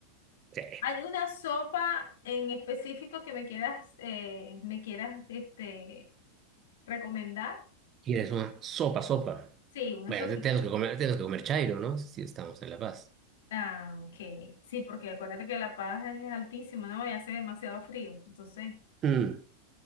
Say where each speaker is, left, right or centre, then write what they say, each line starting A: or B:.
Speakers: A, on the right; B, on the left.
A: sí.
B: ¿Hay una sopa en específico que me quieras, eh, me quieras, este, recomendar?
A: ¿Quieres una sopa, sopa?
B: Sí, una
A: Bueno,
B: sopita.
A: te- tenemos que comer, tenemos que comer chairo, ¿no? Si estamos en La Paz.
B: Ah, ok. Sí, porque acuérdate que La Paz es altísima, ¿no? Y hace demasiado frío. Entonces,
A: Mm,